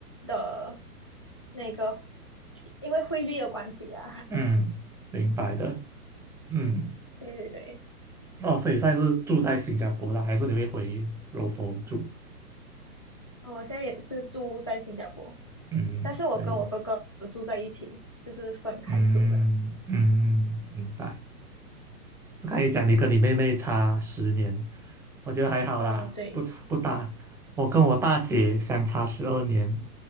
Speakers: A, on the left; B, in the centre.
A: 的那个因为汇率的关系啊，
B: 嗯，明白的。嗯，
A: <laughs> 对对对。
B: 哦，所以现在是住在新加坡啦，还是你会回柔佛住？
A: 我现在也是住在新加坡，
B: 嗯，
A: 但是我跟我哥哥有住在一起，
B: 可以。
A: 就是分开住的。
B: 嗯嗯，明白。我刚才讲你跟你妹妹差十年，我觉得还好啦，
A: 嗯，对。
B: 不差不大。我跟我大姐相差十二年，